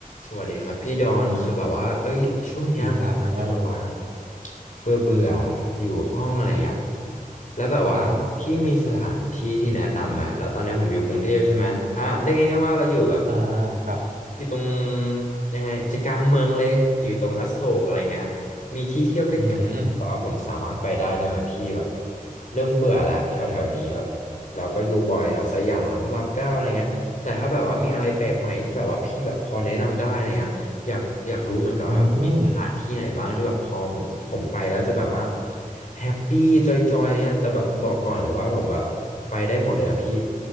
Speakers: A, on the left; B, on the right.
A: สวัสดีครับพี่ดอนคือแบบว่าเอ้ยช่วงเนี้ยผมอาจจะแบบว่า
B: ดีครับน้องว่าโล
A: เบื่อเบื่ออยู่ห้องอะไรอ่ะแล้วแบบว่าพี่มีสถานที่ที่แนะนำไหมแล้วตอนเนี้ยผมอยู่กรุงเทพใช่ไหมอ่ะได้ไงายๆว่าเราอยู่แบบ
B: ครับอ่าครับ
A: อยู่ตรงยังไงใจกลางเมืองเลยอยู่ตรงอโศกอะไรเงี้ยมีที่เที่ยวใกล้ๆที่แบบว่าผมสามารถไปได้ได้ไหมพี่แบบ
B: อืม
A: เริ่มเบื่อแล้วแถวแถวนี้แบบเราก็อยู่บ่อยแถวสยามพระรามเก้าอะไรเงี้ยแต่ถ้าแบบว่ามีอะไรแปลกใหม่ที่แบบว่าพี่แบบพอแนะนำได้อะไรเงี้ย อยากอยากรู้เหมือนกันว่ามีสถานที่ไหนบ้างที่แบบพอผมผมไปแล้วจะแบบว่า
B: อืม
A: แฮปปี้จอยๆอะไรเงี้ยแต่แบบบอกก่อนเลยว่าผมแบบไปได้หมดเลยนะพี่